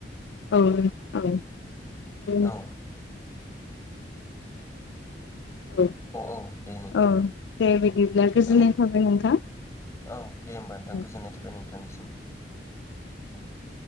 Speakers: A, on the left; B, on the left.
A: औ लोगो नोंथा औ
B: औ
A: <inaudible> औ
B: औ दे नोंथां
A: औ दे बिदिब्ला गोजोननाय
B: औ
A: थाबाय नोंथां।
B: औ दे होमबा नोंथां
A: औ
B: गोजोननाय थाबाय नोंथांनिसिम। औ दे